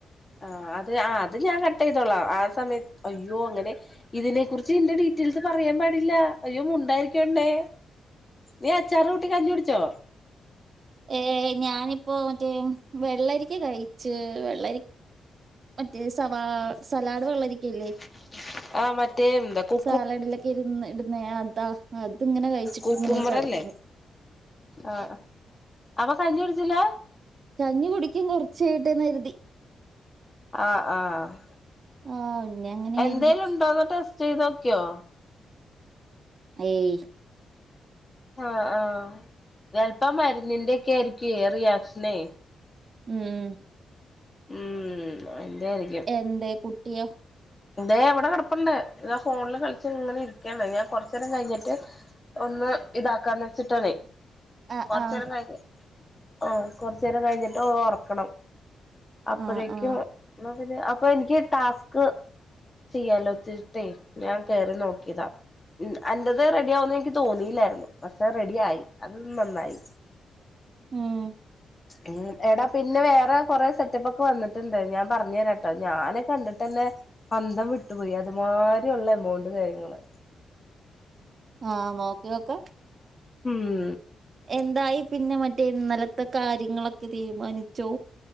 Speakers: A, on the left (about 25°); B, on the right (about 50°).
A: ആ അത് ആ അത് ഞാൻ കട്ടെയ്തോളാം ആ സമയത്ത് അയ്യോ അങ്ങനെ ഇതിനെ കുറിച്ച് ഈന്റെ, ഡീറ്റെയിൽസ് പറയാൻ പാടില്ല. അയ്യോ മുണ്ടായിരിക്ക് പെണ്ണേ! നീ അച്ചാറ് കൂട്ടി കഞ്ഞി കൂടിച്ചോ!.
B: ഏ ഞാനിപ്പോമറ്റേ വെള്ളരിക്ക കഴിച്ച് വെള്ളരി മറ്റേ സവാ സലാഡ് വെള്ളരിക്കല്ലേ
A: <unintelligible> ആ മറ്റേ എന്താ കൂ
B: സാലഡിലെക്കെ ഇടുന്ന അതാ അത് ഇങ്ങനെ കഴിച്ച്
A: കുക്കുംബറല്ലേ
B: ട്ടിങ്ങനെ കെടക്കുണു
A: ആ അ അവൻ കഞ്ഞി കുടിച്ചില്ല
B: കഞ്ഞി കുടിക്കും കുറച്ച് കഴിയട്ടെ എന്ന് കരുതി
A: ആഹ് ആഹ്
B: ആഹ് അങ്ങനെ
A: എന്തേലും
B: കരുതി
A: ഇണ്ടോന്ന് ടെസ്റ്റ് ചെയ്ത് നോക്കിയോ
B: അയ്യേ യ്
A: ആഹ് ആഹ് ചെല്പ്പം മരുന്നിന്റെയൊക്കെ ആയിരിക്കെ റിയാക്ഷനേ
B: ഉം
A: ഉം എന്തായിരിക്കും
B: എന്തേയ്? കുട്ടിയോ?
A: ഇതേ, ഇവിടെ കിടപ്പുണ്ട്. ഇതാ ഫോണിൽ കളിച്ച് ഇങ്ങനെ ഇരിക്കാണ്. ഞാൻ കൊറച്ചേരം കഴിഞ്ഞിട്ട് ഒന്ന് ഇതാക്കാന്ന് വെച്ചിട്ടാണെ
B: ആഹ്
A: കൊറച്ചേരം
B: ആഹ്
A: കഴിഞ്, ആഹ്, കൊറച്ചേരം കഴിഞ്ഞിട്ട് ഒറക്കണം. അപ്പോഴേക്കും,
B: ആഹ് ആഹ്
A: എന്ന പിന്നെ, അപ്പൊ എനിക്ക് ടാസ്ക് ചെയ്യാലോച്ചിട്ടേ, ഞാൻ കേറി നോകീതാ. ഉം. അന്റെത് റെഡിയാവൂന്ന് എനിക്ക് തോന്നിയില്ലായിരുന്നു. പക്ഷേ, റെഡി ആയി. അത് നന്നായി.
B: ഉം.
A: ഉം, എടാ പിന്നെ, വേറെ കൊറെ സെറ്റപ്പ് ഒക്കെ വന്നിട്ടുണ്ട്. ഞാൻ പറഞ്ഞെരാട്ടോ. ഞാന് കണ്ടിട്ടെന്നെ അന്തം വിട്ടുപോയി അത്മാതിരി ഉള്ള എമൗണ്ട് കാര്യങ്ങള്
B: ആഹ്, നോക്കിയോക്കേ.
A: ഉം
B: എന്തായി പിന്നെ മറ്റേ ഇന്നലത്തെ കാര്യങ്ങളൊക്കെ തീരുമാനിച്ചോ?